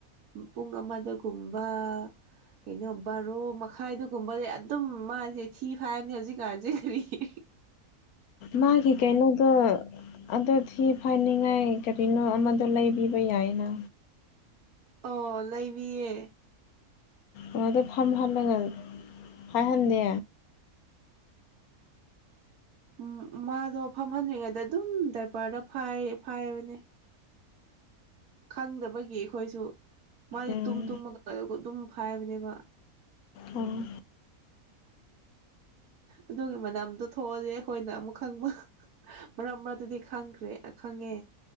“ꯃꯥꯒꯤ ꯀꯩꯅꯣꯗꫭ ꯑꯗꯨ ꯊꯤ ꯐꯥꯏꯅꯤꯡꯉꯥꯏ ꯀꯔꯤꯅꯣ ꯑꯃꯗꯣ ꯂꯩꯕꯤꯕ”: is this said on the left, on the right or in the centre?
Left